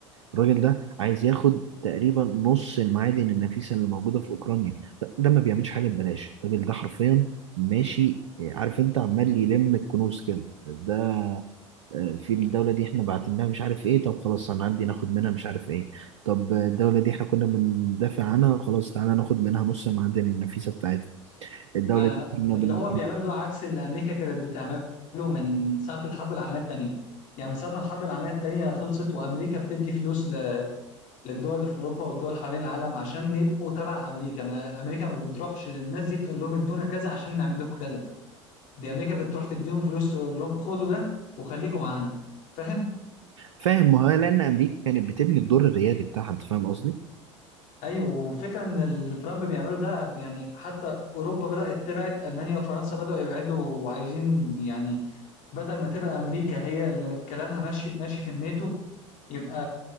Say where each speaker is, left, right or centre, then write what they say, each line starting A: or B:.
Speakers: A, on the right; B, on the left.
A: الراجل ده عايز ياخد تقريبا نص المعادن النفيسة اللي موجودة في أوكرانيا ده ما بيعملش حاجة ببلاش الراجل ده حرفيا ماشي عارف انت عمال يلم الكنوز كده ده آه، في الدولة دي احنا بعتناها مش عارف ايه طب خلاص هنعدي ناخد منها مش عارف ايه طب آه، الدولة دي احنا كنا بندافع عنها خلاص تعالى ناخد منها نص المعادن النفيسة بتاعتها الدولة
B: ما
A: دي
B: اللي
A: كنا بن...
B: هو بيعمله ده عكس اللي امريكا كانت بتعمله من ساعه الحرب العالميه الثانيه يعني من ساعه ما الحرب العالميه الثانيه خلصت وامريكا بتدي فلوس ل- للدول اللي في اوروبا والدول حوالين العالم عشان يبقوا تبع امريكا ما امريكا ما بتروحش للناس دي تقول لهم ادونا كذا عشان نعمل لكم كذا دي امريكا بتروح تديهم فلوس تقول لهم خدوا ده وخليكم معانا فاهم
A: فاهم ما هو لأن أمريكا كانت بتبني الدور الريادي بتاعها انت فاهم قصدي؟
B: ايوه وفكره ان اللي ترامب بيعمله ده يعني حتى اوروبا بدات تبعد المانيا وفرنسا بداوا يبعدوا وعايزين يعني بدل ما تبقى امريكا هي اللي كلامها ماشي ماشي في الناتو يبقى